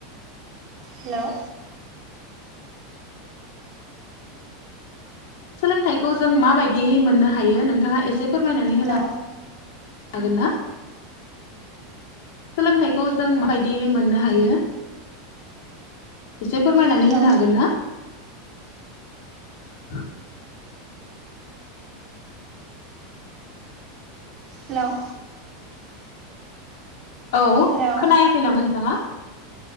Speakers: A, on the right (about 35°); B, on the left (about 60°).
A: हेलौ
B: सोलोंथाइखौ जों माबायदियै मोननो हायो नोंथाङा एसे से फोरमायनानै
A: हेलौ
B: होना हागोन ना सोलोंथाइखौ जों माबायदियै मोननो हायो? एसे फोरमायनानै
A: हेलौ
B: होनो हागोन ना? <unintelligible>
A: हेल'
B: औ
A: हेलौ
B: खोनायाखै नामा नोंथाङा?